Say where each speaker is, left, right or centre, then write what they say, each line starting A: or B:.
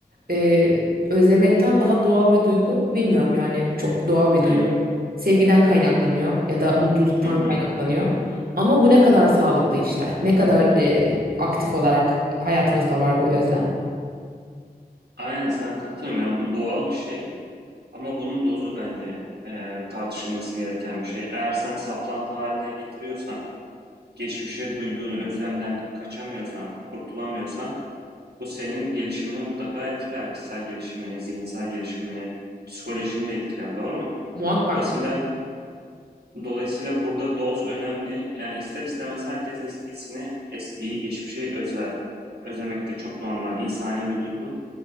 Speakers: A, on the right; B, on the right.
A: e, özlemekten daha doğal bir duygu bilmiyorum yani çok doğal bir
B: Hı
A: duygu. Sevgiden kaynaklanıyor ya da mutluluktan
B: hı. hı.
A: kaynaklanıyor. Ama bu ne kadar sağlıklı işte. Ne kadar e, aktif olarak hayatımızda var bu özlem.
B: Aynen sen katılıyorum ya bu doğal bir şey. Ama bunun dozu bence e, tartışılması gereken bir şey. Eğer sen saplantı haline getiriyorsan, geçmişe duyduğun özlemden kaçamıyorsan, kurtulamıyorsan, bu senin gelişimini mutlaka etkiler. Kişisel gelişimini, zihinsel gelişimini, psikolojini de etkiler, doğru mu?
A: Muhakkak
B: Dolayısıyla dolayısıyla burada doz önemli. Yani ister istemez herkes eskisini, eskiyi, geçmişi özler. Özlemek de çok normal, insani bir duygu.